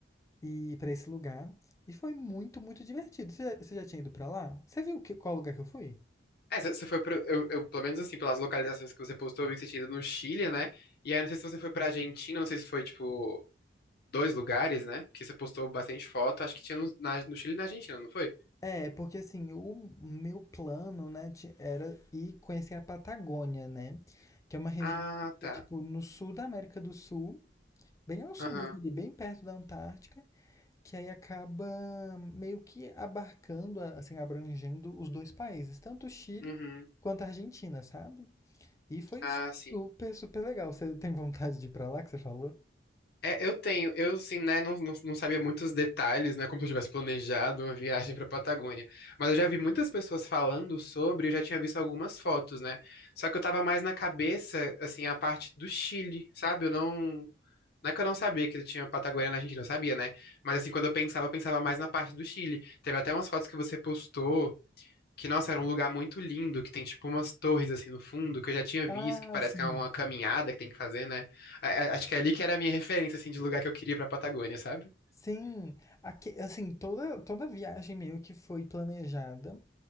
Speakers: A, on the left (about 15°); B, on the left (about 60°).
A: e para esse lugar. E foi muito, muito divertido. Você já, você já tinha ido pra lá? Você viu que, qual lugar que eu fui?
B: É, você você foi pro, eu, eu, pelo menos assim, pelas localizações que você postou, eu vi que você tinha ido no Chile, né? E aí, não sei se você foi pra Argentina, não sei se foi, tipo, dois lugares, né? Porque você postou bastante foto, acho que tinha no, na- no Chile e na Argentina, não foi?
A: É, porque assim, o meu plano, né, ti- era ir conhecer a Patagônia, né? Que é uma região
B: Ah,
A: que fica,
B: tá.
A: tipo, no sul da América do Sul, bem ao sul
B: Aham.
A: mesmo, ali bem perto da Antártica, que aí acaba meio que abarcando, a- assim, abrangendo os dois países, tanto o Chile
B: Uhum.
A: quanto a Argentina, sabe? E foi
B: Ah,
A: super,
B: sim.
A: super legal. Você tem vontade de ir pra lá, que você falou?
B: É, eu tenho, eu sim, né, não, não, não sabia muitos detalhes, né, como se eu tivesse planejado uma viagem pra Patagônia. Mas eu já vi muitas pessoas falando sobre, eu já tinha visto algumas fotos, né? Só que eu tava mais na cabeça, assim, a parte do Chile, sabe? Eu não. Não é que eu não sabia que tinha Patagônia na Argentina, eu sabia, né? Mas assim, quando eu pensava, eu pensava mais na parte do Chile. Teve até umas fotos que você postou, que, nossa, era um lugar muito lindo, que tem tipo umas torres assim no fundo, que eu já tinha
A: Ah,
B: visto, que parece
A: sim.
B: que é uma caminhada que tem que fazer, né? A- a- Acho que é ali que era a minha referência, assim, de lugar que eu queria pra Patagônia, sabe?
A: Sim, aqui, assim, toda, toda viagem meio que foi planejada.